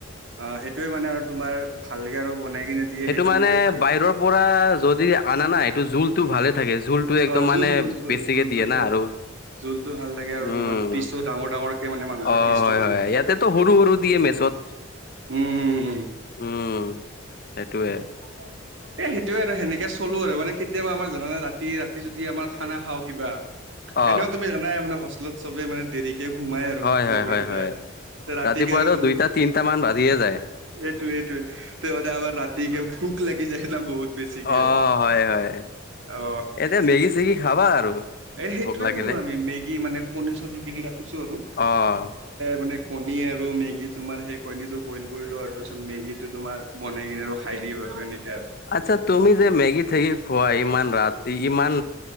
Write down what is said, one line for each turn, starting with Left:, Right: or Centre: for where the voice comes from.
Right: অ সেইটোৱে মানে আৰু তোমাৰ ভালকে আৰু বনাই কিনে দিয়ে
Left: সেইটো মানে
Right: দিয়ে খাই
Left: বাহিৰৰ
Right: দি
Left: পৰা যদি আনা নাই এইটো জোলটো ভালে থাকে। জোল টো একদম
Right: অ জোলটো
Left: মানে
Right: জোল
Left: বেছিকে
Right: জোলটো
Left: দিয়ে
Right: ভাল
Left: না আৰু
Right: জোলটো ভাল লাগে আৰু
Left: উম
Right: তোমাৰ পিছো দাম ডাঙৰ ডাঙৰকে মানে মাংসৰ
Left: অ
Right: পিচটো
Left: হয় হয় ইয়াতেতো সৰু সৰু দিয়ে মেচত
Right: <unintelligible> উম
Left: উম। সেটোৱে।
Right: <unintelligible> এ সেইটোৱে আৰু সেনেকে চলো আৰু মানে কেতিয়াবা আমাৰ জানা নে? ৰাতি ৰাতি যদি আমাৰ খানা খাওঁ কিবা।
Left: অ
Right: এনেও তুমি জানাই মানে হোষ্টেলত চবে মানে দেৰি কে সোমাই আৰু
Left: হয় হয়
Right: লগৰকেইটাই।
Left: হয় হয়
Right: ৰাতিকে
Left: ৰাতিপুৱাতো
Right: আৰু বহুত
Left: দুইটা তিনটা মান বাজিয়ে যায়
Right: এইটো এইটোৱে। তে মানে আমাৰ ৰাতিকে ভোক লাগি যায় না বহুত। বেছিকে
Left: অ, হয় হয়।
Right: অ
Left: এতিয়া মেগি চেগি খাবা আৰু।
Right: এ সেইটোৱে
Left: ভোক লাগিলে
Right: কৰো আমি। মেগী মানে কণী চনি কিনি ৰাখিছো আৰু।
Left: অ
Right: মানে কণী আৰু মেগি তোমাৰ সেই কণী টো বইল কৰিলো আৰু তাৰপিছত মেগী টো তোমাৰ বনাই কিনে আৰু খাই দিওঁ আৰু এনেকা আৰু।
Left: আচ্ছা, তুমি যে মেগী থেগি খোৱা? ইমান ৰাতি ইমান